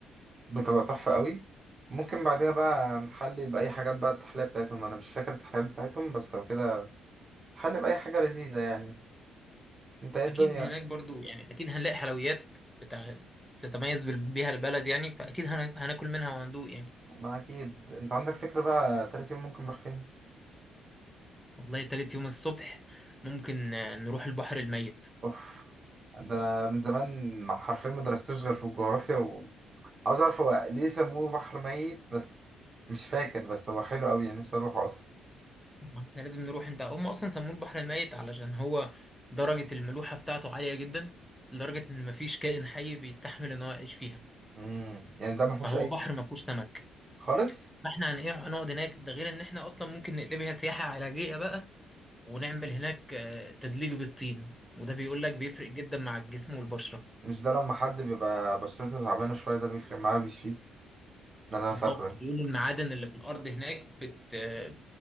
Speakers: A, on the right; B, in the centre.
A: بتبقى تحفة قوي ممكن بعدها بقى نحلي باي حاجات بقى التحلية بتاعتهم انا مش فاكر التحليات بتاعتهم بس لو كده نحلي باي حاجة لذيذة يعني انت ايه الدنيا
B: اكيد هناك برضو يعني اكيد هنلاقي حلويات بتاع تتميز بال- بيها البلد يعني فاكيد هنا- هناكل منها وهندوق يعني
A: ما اكيد انت عندك فكرة بقى تالت يوم ممكن نروح فين
B: والله تالت يوم الصبح ممكن آه، نروح البحر الميت
A: اوف ده انا من زمان حرفيا ما درستوش غير في الجغرافيا وعاوز اعرف هو ليه سموه بحر ميت بس مش فاكر بس هو حلو قوي يعني نفسي اروحه اصلا
B: احنا لازم نروح انت هم اصلا سموه البحر الميت علشان هو درجه الملوحه بتاعته عاليه جدا لدرجه ان مفيش كائن حي بيستحمل ان هو يعيش فيها
A: امم يعني ده ما فيهوش
B: فهو
A: اي
B: بحر ما فيهوش سمك
A: خالص
B: فاحنا هن- إيه، هنقعد هناك ده غير ان احنا اصلا ممكن نقلبها سياحه علاجيه بقى ونعمل هناك آه، تدليك بالطين وده بيقول لك بيفرق جدا مع الجسم والبشره
A: مش ده لما حد بيبقى بشرته تعبانة شوية ده بيفرق معاه بيشفيه ده اللي انا
B: بالظبط
A: فاكره
B: بيقولوا المعادن اللي في الارض هناك بت... آه،